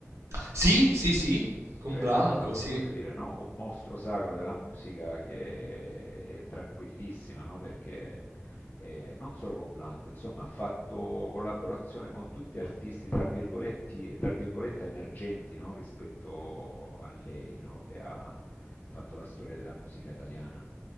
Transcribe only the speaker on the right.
Sì, sì, sì, con
Blanco, sì.